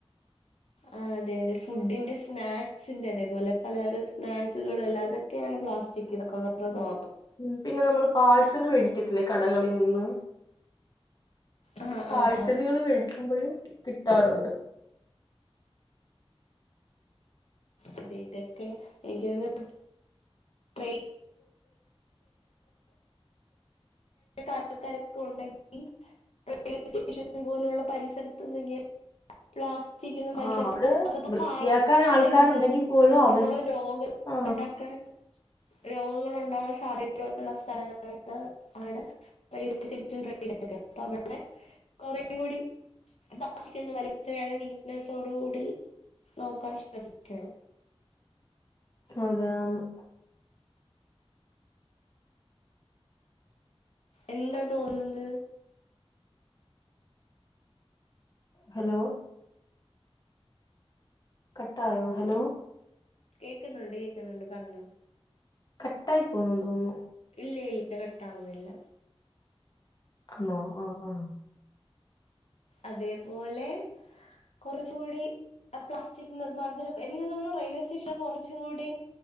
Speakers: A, on the left; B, on the left.
A: ആ അതെ അതെ ഫുഡിന്റെ സ്നാക്സിന്റെ അതേപോലെ പലതരം സ്നാക്സുകളും അല്ല അതൊക്കെയാണ് പ്ലാസ്റ്റിക് ഇതക്കെ നല്ലതോ
B: ഉം പിന്നെ നമ്മള് പാഴ്സൽ മേടിക്കത്തില്ലേ കടകളിൽ നിന്ന്
A: ആഹ്
B: പാഴ്സലുകള്
A: ആഹ്
B: മേടിക്കുമ്പോഴും കിട്ടാറുണ്ട്.
A: അതെ ഇതൊക്കെ എനിക്കു തോന്നുന്നു <inaudible> ക്കാരൊക്കെ ഉണ്ടെങ്കി റെയിൽവേ സ്‌റ്റേഷൻ പോലുള്ള പരിസരത്തന്ന് ഇങ്ങനെ പ്ലാസ് <unintelligible>
B: ആ അവിടെ
A: അത്രത്തോളം
B: വൃത്തിയാക്കാൻ
A: ആൾക്കാര്
B: ആൾക്കാരുണ്ടെങ്കിൽ
A: വരുന്നതും
B: പോലും
A: അത്രത്തോളം
B: അവർ
A: രോഗ
B: ആ
A: ഉണ്ടാക്കാൻ രോഗങ്ങൾ ഉണ്ടാകാൻ സാധ്യതയുള്ള സ്ഥലങ്ങളാണ്. ങ്ങള് ആണ് റെയിൽവേ സ്റ്റേഷൻ <unintelligible> ഒക്കെ അപ്പ അവിടെ കൊറേം കൂടി <unintelligible> പ്ലാസ്റ്റിക് വലിച്ചെറിയാതെ നീറ്റ്നെസ്സോടുകൂടി നോക്കാൻ ശ്രമിക്കണം
B: അതെ ആന്ന്.
A: എന്താ തോന്നുന്നത്.
B: ഹലോ കട്ടായോ ഹലോ
A: കേക്കുന്നുണ്ട് കേക്കുന്നുണ്ട് പറഞ്ഞോ.
B: കട്ടായി പോവുന്നൂന്ന് തോന്നുന്നു.
A: ഇല്ല ഇല്ല കട്ടാവുന്നില്ല.
B: ആന്നോ. ആ ആ
A: അതേപോലെ കുറച്ചു കൂടി പ്ലാസ്റ്റിക് നിർമ്മാർ്ജന എനിക്ക് തോന്നുന്നു റെയിൽവേ സ്റ്റേഷനൊക്കെ കുറച്ചു കൂടി